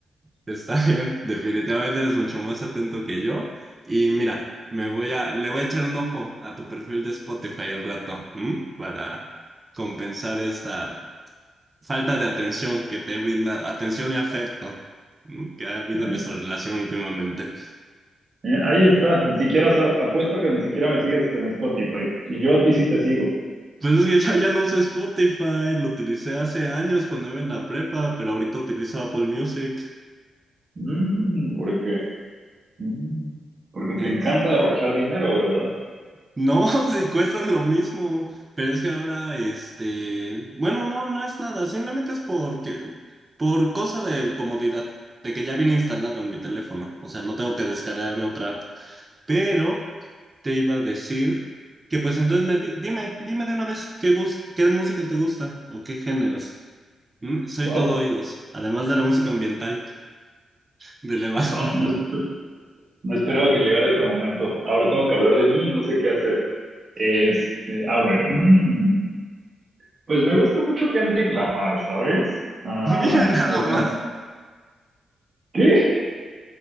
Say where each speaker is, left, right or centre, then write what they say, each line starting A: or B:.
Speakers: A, on the right; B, on the right.
A: Está bien, definitivamente eres mucho más atento que yo. Y mira, me voy a, le voy a echar un ojo a tu perfil de Spotify al rato, ¿m? Para compensar esta falta de atención que te brinda, atención y afecto, ¿m? que ha habido
B: Eh,
A: en nuestra relación últimamente.
B: eh, ahí está, ni siquiera sa- apuesto a que ni siquiera me sigues en Spotify. Y yo a ti sí te sigo.
A: Pues es que yo ya no uso Spotify, lo utilicé hace años cuando iba en la prepa, pero ahorita utilizo Apple Music.
B: Mm, ¿por qué? Mm, porque te
A: Es-
B: encanta derrochar dinero, ¿verdad?
A: no, <laughs> si cuestan lo mismo, pero es que ahora, este, bueno, no, no es nada, simplemente es porque, por cosa de comodidad, de que ya viene instalado en mi teléfono, o sea, no tengo que descargarme otra app. Pero te iba a decir que, pues entonces, me di- dime, dime de una vez qué, gust qué música te gusta o qué géneros. ¿Mm? Soy
B: Wow,
A: todo oídos, además de la música ambiental de elevador.
B: wow, no, esp- no esperaba que llegara este momento. Ahora tengo que hablar de mí, no sé qué hacer. Este, a ver, mm, pues me gusta mucho Kendrick Lamar, ¿sabes? Ah,
A: <laughs> Mira nada
B: o
A: más.
B: sea, ¿qué?